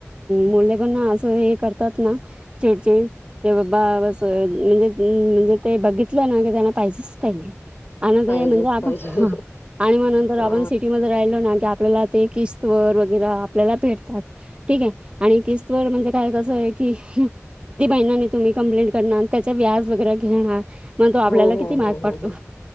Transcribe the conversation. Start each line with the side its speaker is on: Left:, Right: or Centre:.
Right: मुले पण असं हे करतात ना. चिडचिड. हे बाबा म्हणजे म्हणजे ते, बघितलं ना की त्यांना पाहिजेच पाहिजे. आणि म्हणजे
Left: पाहिजेच
Right: आपण
Left: पाहिजे
Right: हां.. आणि, मग नंतर
Left: हा
Right: आपण सिटीमध्ये राहिलो. नाकी आपल्याला ते किस्तवर वगैरे आपल्याला भेटतात. ठीक आहे, आणि किसवर म्हणजे काय कसं आहे की. ती महिनानी तुम्ही कंप्लेंट करणार त्या व्याज वगैरे घेणार. मग तो आपल्याला
Left: हो हो
Right: किती माग
Left: हो हो
Right: पडतो
Left: हो..